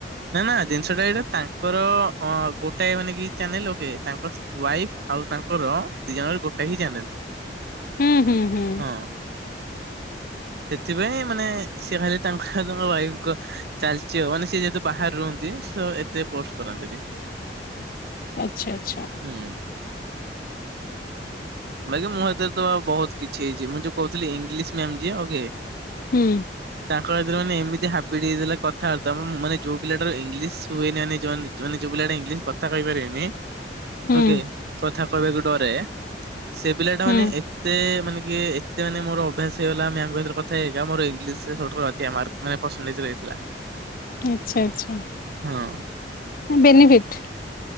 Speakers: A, on the right; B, on the left.
A: ନାଁ ନାଁ ଜିନଷ ସେଟା ଏଇଟା ତାଙ୍କର ଅ ଗୋଟାଏ ମାନେ କି ଚ୍ୟାନେଲ ଓକେ। ତାଙ୍କର ସ ୱାଇଫ ଆଉ ତାଙ୍କର ଦି ଜଣଙ୍କର ଗୋଟାଇ ହି ଚ୍ୟାନେଲ।
B: ହୁଁ-ହୁଁ-ହୁଁ।
A: ହଁ। ସେଥିପାଇଁ ମାନେ ସିଏ ଖାଲି ତାଙ୍କ ହ ତାଙ୍କ ଭାଇଙ୍କ ଚାଲଚି ଆଉ। ମାନେ ସିଏ ଯେହେତୁ ବାହାରେ ରୁହନ୍ତି, ସୋ ଏତେ ପୋଷ୍ଟ କରନ୍ତିନି।
B: ଆଚ୍ଛା ଆଚ୍ଛା।
A: ହୁଁ। ବାକି ମୁଁ ଏତେ ତ ଆଉ ବହୁତ କିଛି ହେଇଛି। ମୁଁ ଯୋଉ କହୁଥିଲି ଇଂଲିଶ ମ୍ୟାମ୍ ଯିଏ ଆଉ କିଏ?
B: ହୁଁ।
A: କହିଦେଲେ ମାନେ ଏମିତି ହାବିଡି ହେଇଗଲା କଥାବାର୍ତା ମ ମ ମାନେ ଯୋଉ ପିଲା ଟାର ଇଂଲିଶ ହୁଏନି ମାନେ ଯୋଉ ମାନେ ଯୋଉ ପିଲାଟା ଇଂଲିଶ କଥା କହି ପାରେନି
B: ହୁଁ
A: ଓକେ କ ଥା କହିବାକୁ ଡରେ ସେ ପିଲା ଟା
B: ହୁଁ
A: ମାନେ ଏତେ ମାନେ କି ଏତେ ମାନେ ମୋର ଅଭ୍ୟାସ ହେଇଗଲା ମ୍ୟାମ ଙ୍କ ସାଥିରେ କଥା ହେଇ ହେଇ କା ମୋର ଇଂଲିଶ ରେ ସବୁଠୁ ଆଧିକା ମାର୍କ ମାନେ ପଡ଼ସେନ୍ଟଟେଜ ରହିଥିଲା।
B: ଆଛା ଆଛା
A: ହଁ।
B: ବେନିଫିଟ